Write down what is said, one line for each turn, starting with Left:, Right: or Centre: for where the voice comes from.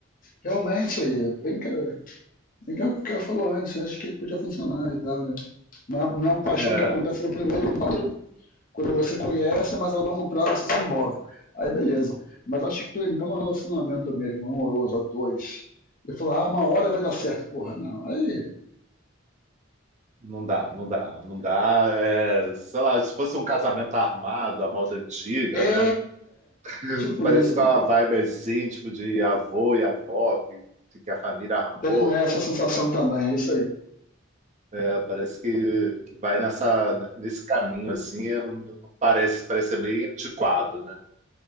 Left: realmente aí, vem cá, vem cá o que ela falou antes, acho que podia funcionar e tal, né? Não é, não é uma paixão
Right: é,
Left: que acontece no primeiro encontro, quando você conhece, mas a longo prazo se desenvolve. Aí beleza. Mas acho que tu entra num relacionamento mesmo, amoroso, a dois. E falar, ah, uma hora vai dar certo. Porra, não. Aí.
Right: não dá, não dá, não dá. É, sei lá, se fosse um casamento armado, a moda antiga,
Left: É!
Right: né? <laughs>
Left: Tipo
Right: Parece
Left: isso.
Right: que é uma vibe assim, tipo de avô e avó, que, que a família armou.
Left: tem essa sensação também, é isso aí.
Right: É, parece que, que vai nessa, nesse caminho assim, eu- não parece, parece ser bem antiquado, né?